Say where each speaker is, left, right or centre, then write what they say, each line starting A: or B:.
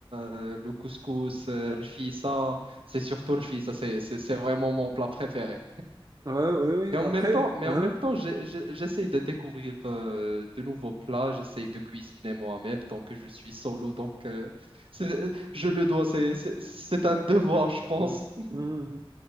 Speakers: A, on the right; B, on the right.
A: euh, le couscous, euh, rfissa, c'est surtout rfissa, c'est, c'est c'est vraiment mon plat préféré.
B: Ouais, oui, oui.
A: Mais en
B: Après,
A: même temps, mais
B: hein?
A: en même temps, j'ai- j'ai- j'essaye de découvrir euh, de nouveaux plats, j'essaye de cuisiner moi-même tant que je suis solo, donc euh, c'est- je le dois, c'est c'est- c'est un devoir, je pense.
B: Mhm,
A: <laughs>
B: mhm. mhm.